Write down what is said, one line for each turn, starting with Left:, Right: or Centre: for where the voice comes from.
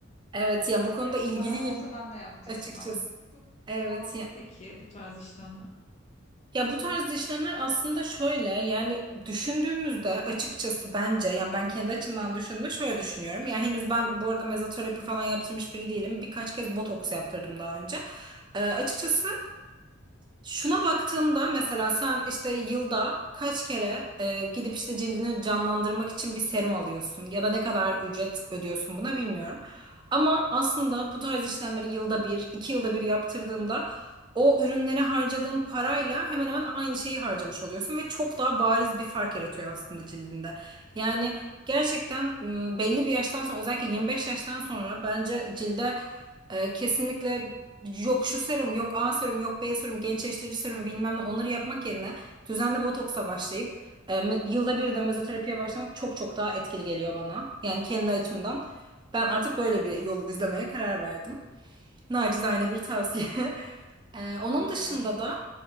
Right: Evet yani
Left: Keşke
Right: bu konuda
Left: benim
Right: ilgiliyim
Left: de param olsa ben de yaptırsam.
Right: açıkçası.
Left: Çok
Right: Evet
Left: pahalı mı peki bu tarz işlemler?
Right: Ya bu tarz işlemler aslında şöyle yani düşündüğümüzde açıkçası bence yani ben kendi açımdan düşündüğümde şöyle düşünüyorum. Ya henüz ben bu arada mezoterapi falan yaptırmış biri değilim. Birkaç kez botoks yaptırdım daha önce. Ee, açıkçası şuna baktığımda mesela sen işte yılda kaç kere e, gidip işte cildini canlandırmak için bir serum alıyorsun ya da ne kadar ücret ödüyorsun buna bilmiyorum. Ama aslında bu tarz işlemleri yılda bir, iki yılda bir yaptırdığında o ürünlere harcadığın parayla hemen hemen aynı şeyi harcamış oluyorsun ve çok daha bariz bir fark yaratıyor aslında cildinde. Yani gerçekten m, belli bir yaştan sonra özellikle 25 yaştan sonra bence cilde e, kesinlikle yok şu serum, yok A serum, yok B serum, gençleştirici serum bilmem ne onları yapmak yerine düzenli botoksa başlayıp e, me- yılda bir de mezoterapiye başlamak çok çok daha etkili geliyor bana. Yani kendi açımdan ben artık böyle bir yol izlemeye karar verdim. Nacizane bir tavsiye. <laughs> Ee,
Left: Vay
Right: onun dışında
Left: be.
Right: da